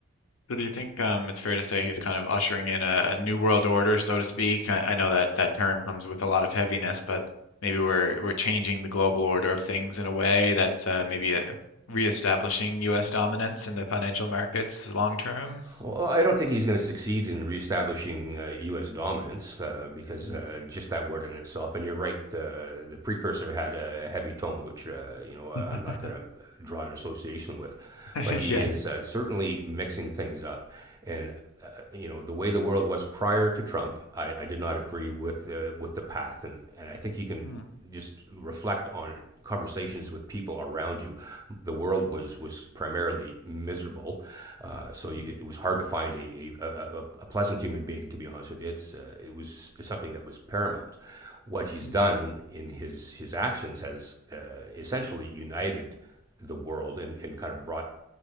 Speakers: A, on the left (about 70°); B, on the right (about 15°).
A: So do you think um, it's fair to say he's kind of ushering in a, a new world order, so to speak? I, I know that that term comes with a lot of heaviness, but maybe we're we're changing the global order of things in a way that's uh, maybe uh reestablishing U.S. dominance in the financial markets long term.
B: Well, I don't think he's going to succeed in reestablishing uh, U.S. dominance uh, because
A: Mm.
B: uh, just that word in itself. And you're right, the the precursor had a heavy tone, which uh, you know I-
A: <laughs>
B: am not going to draw an association with,
A: Yeah.
B: but he is uh, certainly mixing things up. And uh, you know the way the world was prior to Trump, I, I did not agree with uh, with the path, and and I think you can
A: Mm,
B: just reflect on conversations with people around you. The world was was primarily miserable, uh, so you,
A: mm,
B: it was hard to find a, a, a, a pleasant human being. To be honest with you, it's uh, it was something that was paramount. What he's
A: mm,
B: done in his his actions has uh, essentially united the world and, and kind of brought